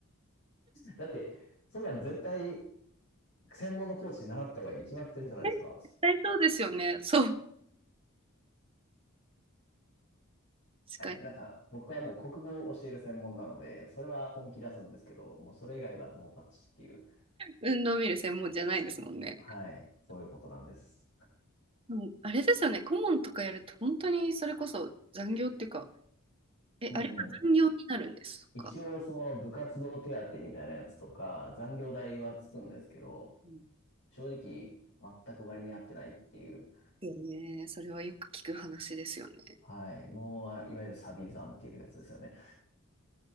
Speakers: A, on the left; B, on the right.
A: だって、そんなん絶対専門のコーチに習った方がいいに決まってるじゃないですか。
B: ね絶対そうですよね。そう。確かに。
A: はい。なんか、僕はもう国語を教える専門なので、それは本気出すんですけど、もうそれ以外はノータッチっていう、
B: 運動見る専門じゃないですもんね。
A: はい、そういうことなんです。
B: うんあれですよね。顧問とかやると、本当にそれこそ残業っていうか、え、
A: うんうん。
B: あれは残業になるんですか
A: 一応、その部活動手当みたいなやつとか、残業代はつくんですけど、
B: うんで
A: 正直、全く割に合ってないっていう、
B: すよね。それはよく聞く話ですよね。
A: はい、もう、いわゆるサビ残っていうやつですよね。